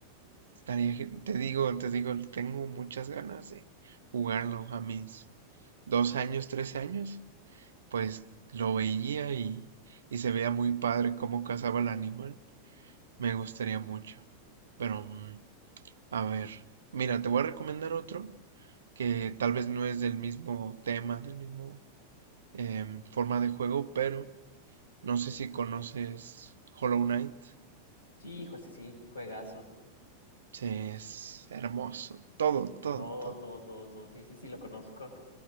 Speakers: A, on the right; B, on the left.
A: Estaría, gen- te digo, te digo, tengo muchas ganas de jugarlo a mis dos años, tres años, pues lo veía y, y se veía muy padre cómo cazaba el animal. Me gustaría mucho. Pero, mm, a ver, mira, te voy a recomendar otro que tal vez no es del mismo tema, del mismo em, forma de juego, pero No sé si conoces Hollow Knight.
B: Sí, hijo, sí, sí, juegazo.
A: Sí, es hermoso.
B: Sí,
A: Todo,
B: sí,
A: todo,
B: todo,
A: todo.
B: todo, todo, todo. Sí, sí, sí, lo conozco.